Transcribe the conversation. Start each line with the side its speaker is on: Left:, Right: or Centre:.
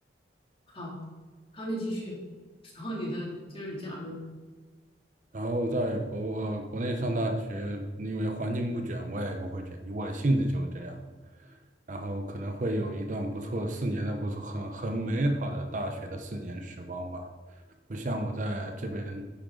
Left: 好，好，你继续。然后你的就是假如，
Right: 然后在国呃国内上大学，因为环境不卷，我也不会卷，因为我的性子就是这样，然后可能会有一段不错四年的不错很很美好的大学的四年时光吧。不像我在这边，